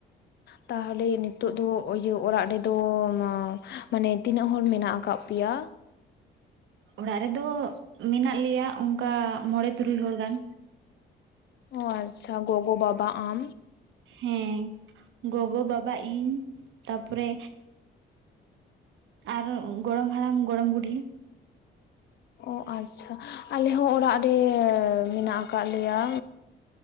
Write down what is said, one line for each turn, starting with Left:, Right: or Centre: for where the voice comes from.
Left: ᱛᱟᱦᱚᱞᱮ ᱱᱤᱛᱚᱜ ᱫᱚ ᱚ ᱤᱭᱟᱹ ᱚᱲᱟᱜ ᱨᱮᱫᱚ ᱢᱟ ᱢᱟᱱᱮ ᱛᱤᱱᱟᱹᱜ ᱦᱚᱲ ᱢᱮᱱᱟᱜ ᱟᱠᱟᱜ ᱯᱮᱭᱟ
Right: ᱚᱲᱟᱜ ᱨᱮᱫᱚ ᱢᱮᱱᱟᱜ ᱞᱮᱭᱟ ᱚᱝᱠᱟ ᱢᱚᱬᱮ ᱛᱩᱨᱩᱭ ᱦᱚᱲ ᱜᱟᱱ
Left: ᱚ ᱟᱪᱪᱷᱟ ᱜᱚᱜᱚ ᱵᱟᱵᱟ ᱟᱢ
Right: ᱦᱮᱸ ᱜᱚᱜᱚ ᱵᱟᱵᱟ ᱤᱧ ᱛᱟᱯᱚᱨᱮ ᱟᱨᱚ ᱜᱚᱲᱚᱢ ᱦᱟᱲᱟᱢ ᱜᱚᱲᱚᱢ ᱵᱩᱰᱷᱤ
Left: ᱚ ᱟᱪᱪᱷᱟ ᱟᱞᱮ ᱦᱚᱸ ᱚᱲᱟᱜ ᱨᱮ ᱢᱮᱱᱟᱜ ᱠᱟᱜ ᱞᱮᱭᱟ